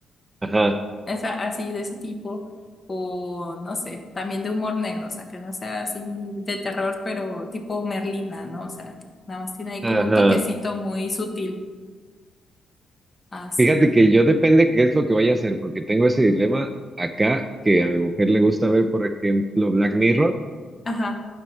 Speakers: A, on the right; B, on the left.
A: Ajá,
B: esa, así de ese tipo, o no sé, también de humor negro, o sea, que no sea así de terror, pero tipo Merlina, ¿no? O sea, que nada más tiene ahí
A: ajá.
B: como un toquecito muy sutil, así.
A: Fíjate que yo depende qué es lo que vaya a hacer, porque tengo ese dilema acá que a mi mujer le gusta ver, por ejemplo, Black Mirror.
B: Ajá,